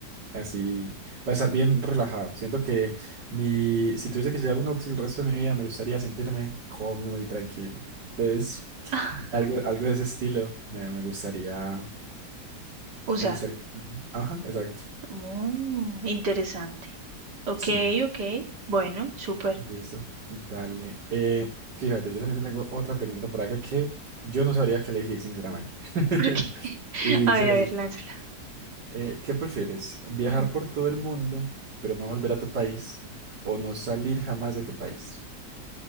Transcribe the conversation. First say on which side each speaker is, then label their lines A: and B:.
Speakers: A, on the right (about 90°); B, on the right (about 75°).
A: Así, para estar bien relajado. Siento que mi, si tuviese que llevar un outfit el resto de mi vida, me gustaría sentirme cómodo y tranquilo. Entonces,
B: <laughs>
A: algo, algo de ese estilo me, me gustaría,
B: Usar.
A: me gustaría. tenerlo. Ajá, exacto.
B: Oh, interesante. Ok,
A: Sí.
B: ok. Bueno, súper.
A: Listo, dale. Eh, fíjate, yo también te tengo otra pregunta por acá que yo no sabría qué elegir, sinceramente.
B: <laughs>
A: <laughs>
B: Porque,
A: Y dice
B: a ver,
A: lo
B: a ver,
A: siguiente.
B: lánzala.
A: eh, ¿qué prefieres? ¿Viajar
B: Ujú.
A: por todo el mundo, pero no volver a tu país? ¿O no salir jamás de tu país?